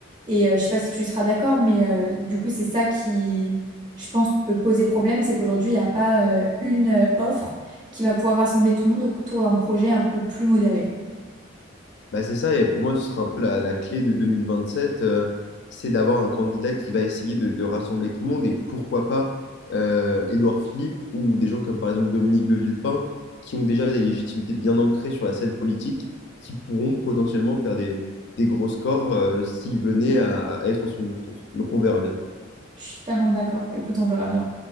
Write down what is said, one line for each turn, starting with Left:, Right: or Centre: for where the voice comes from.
Right: Et euh, je sais pas si tu seras d'accord, mais euh, du coup, c'est ça qui je pense, peut poser problème, c'est qu'aujourd'hui, il n'y a pas euh, une euh, offre qui va pouvoir rassembler tout le monde autour d'un projet un peu plus modéré.
Left: Bah, c'est ça, et pour moi, ce sera un peu la, la clé de 2027, euh, c'est d'avoir un candidat qui va essayer de, de rassembler tout le monde, et pourquoi pas euh, Édouard Philippe ou des gens comme par exemple Dominique de Villepin, qui ont déjà des légitimités bien ancrées sur la scène politique, qui pourront potentiellement faire des, des gros scores euh, s'ils venaient à, à être au second tour. Donc on verra bien.
Right: Je suis totalement d'accord. Écoute, on verra bien.